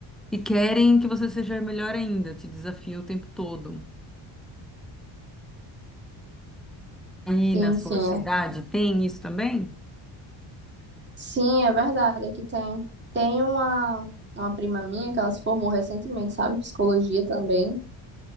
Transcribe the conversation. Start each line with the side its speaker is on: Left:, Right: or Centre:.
Centre: que querem que você seja melhor ainda, te desafia o tempo todo. Aí
Right: Sim,
Centre: na sua
Right: sim, é.
Centre: cidade tem isso também?
Right: Sim, é verdade, é que tem tem uma uma prima minha que ela se formou recentemente, sabe? Psicologia também.